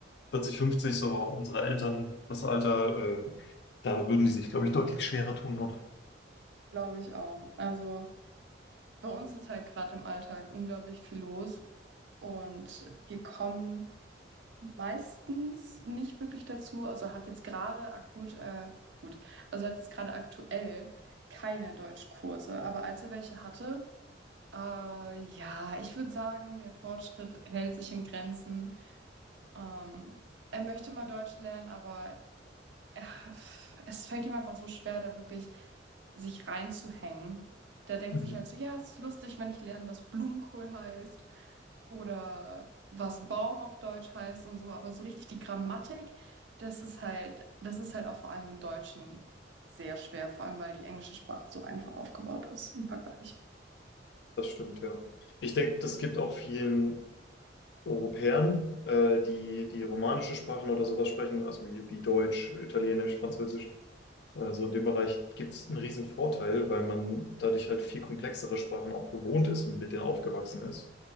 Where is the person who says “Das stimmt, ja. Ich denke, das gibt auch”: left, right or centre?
Left